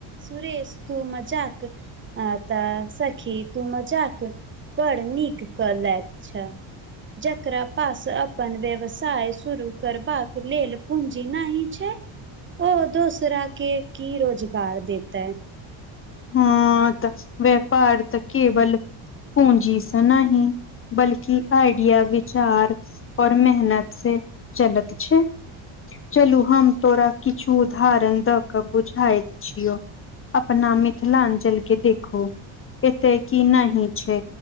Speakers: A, on the right; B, on the left.
A: सुरेश तू मजाक आ तऽ सखी तू मजाक बड़ नीक क लैत छ जकरा पास अपन व्यवसाय शुरु करबाक लेल पूँजी नहि छै ओ दूसरा के की रोजगार देता य
B: हँ तऽ व्यापार तऽ केवल पूँजीस नहि बल्कि आइडिया विचार और मेहनत से चलत छै चलू हम तोरा किछु उदाहरण दऽ कऽ बुझाइत छियौ अपना मिथिलानचलके देखु एते की नहि छै